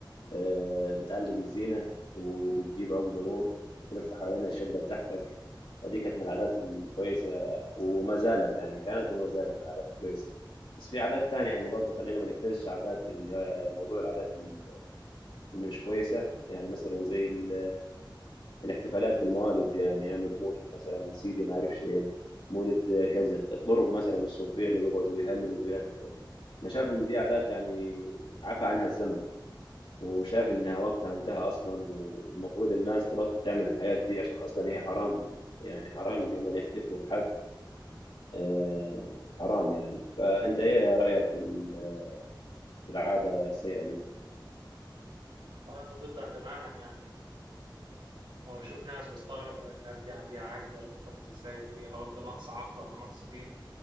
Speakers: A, on the left; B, on the right.
A: آه، بتعلق الزينه وبتجيب عقد نور تلف حوالين الشقه بتاعتك فدي كانت من العادات الكويسه وما زالت يعني كانت وما زالت العادات الكويسه بس في عادات تانية يعني برضو خلينا ما نقفلش عادات ال- آه، موضوع العادات ال- اللي مش كويسه يعني مثلا زي ال الاحتفالات بالموالد يعني يعملوا مولد مثلا سيدي ما اعرفش ايه مولد كذا الطرق مثلا الصوفيه اللي بيقعدوا يهللوا وبيعملوا دول انا شايف ان دي عادات يعني عفى عنها الزمن وشايف انها وقتها انتهى اصلا والمفروض الناس تبطل تعمل الحاجات دي عشان اصلا هي حرام يعني حرام ان هم يحتفلوا بحد آه حرام يعني فانت ايه رايك في ال- في العاده السيئه دي؟
B: أنا ضدها تماما يعني ما بشوف ناس بستغرب هل الناس دي عندها عقل ولا بتفكر ازاي دي هل ده نقص عقل ولا نقص دين